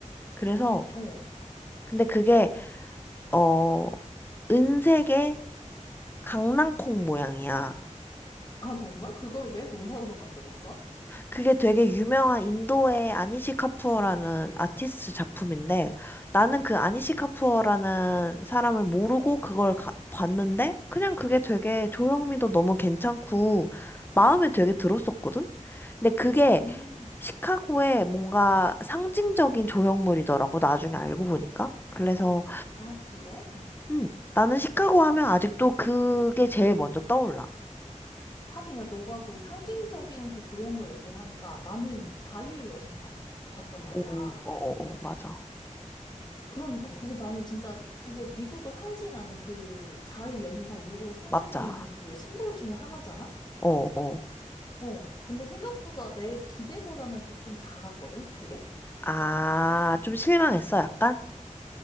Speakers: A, on the left; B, on the left.
A: 그래서
B: 음, 어.
A: 근데 그게 어 은색의 강낭콩 모양이야.
B: 아, 정말? 그걸 왜 동상으로 만들었어?
A: 그게 되게 유명한 인도의 아니시 카푸어라는 아티스트 작품인데 나는 그 아니시 카푸어라는 사람을 모르고 그걸 가- 봤는데 그냥 그게 되게 조형미도 너무 괜찮고 마음에 되게 들었었거든? 근데 그게
B: 음,
A: 시카고의 뭔가 상징적인 조형물이더라고 나중에 알고 보니까. 그래서
B: 아, 그래?
A: 음, 나는 시카고 하면 아직도 그게 제일 먼저 떠올라.
B: 하긴, 야, 너가 그 상징적인 그 조형물 얘기를 하니까 나는
A: 음.
B: 자유의 여신상을 봤단 말이야.
A: 오, 어, 어, 어, 맞아.
B: 그러니까 그게 나는 진짜 그게 미국을 상징하는 그 자유의 여신상이 미국을 상징하는
A: 맞아.
B: 그 심볼 중에 하나잖아?
A: 어, 어.
B: 어. 근데 생각보다 내 기대보다는 되- 좀 작았거든, 그게?
A: 아, 좀 실망했어, 약간?